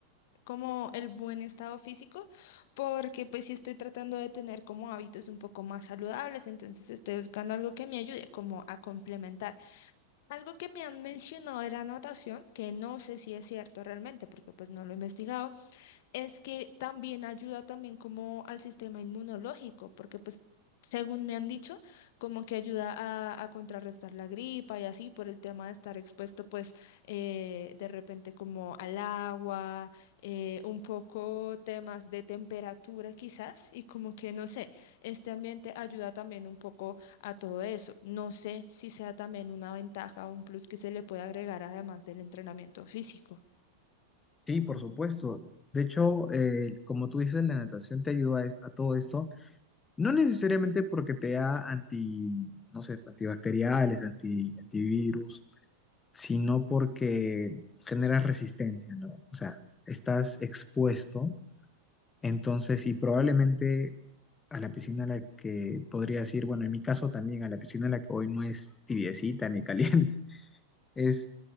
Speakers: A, on the left; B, on the left.
A: como el buen estado físico, porque pues sí estoy tratando de tener como hábitos un poco más saludables, entonces estoy buscando algo que me ayude como a complementar. Algo que me han mencionado de la natación, que no sé si es cierto realmente, porque pues no lo he investigado, es que también ayuda también como al sistema inmunológico, porque pues según me han dicho, como que ayuda a, a contrarrestar la gripa y así por el tema de estar expuesto pues eh, de repente como al agua, eh, un poco temas de temperatura quizás y como que no sé, este ambiente ayuda también un poco a todo eso. No sé si sea también una ventaja o un plus que se le puede agregar además del entrenamiento físico.
B: Sí, por supuesto. De hecho, eh, como tú dices, la natación te ayuda a, es- a todo esto No necesariamente porque te da anti, no sé, antibacteriales, anti, antivirus, sino porque genera resistencia, ¿no? O sea, estás expuesto, entonces, y probablemente a la piscina a la que podría decir, bueno, en mi caso también, a la piscina a la que voy no es tibiecita ni caliente, <laughs> es